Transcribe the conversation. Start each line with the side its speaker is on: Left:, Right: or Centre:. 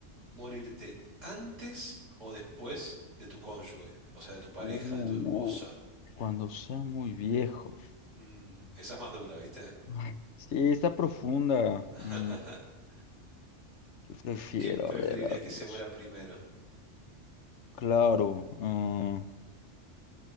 Right: morirte antes o después de tu cónyuge? O sea, de tu pareja,
Left: Uh,
Right: de tu esposa.
Left: no. Cuando sea muy viejo.
Right: Mm, esa es más dura, ¿viste?
Left: Ay, Sí, está profunda.
Right: <laughs>
Left: Mm, ¿qué prefiero?
Right: ¿Qué preferirías
Left: A ver, a ver.
Right: que se muera primero?
Left: Claro. ah,